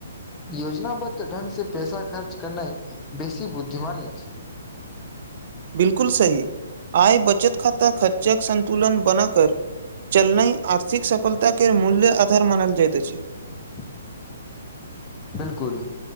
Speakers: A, on the left; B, on the right.
A: योजनाबद्ध ढंग से पे पैसा खर्च करना बेसी बुद्धिमानी अछि।
B: बिल्कुल सही आय बचत खाता खर्चाके सन्तुलन बना कर चलनाई आर्थिक सफलताके मूल्य आधार मानल जाइत अछि।
A: <inaudible> बिल्कुल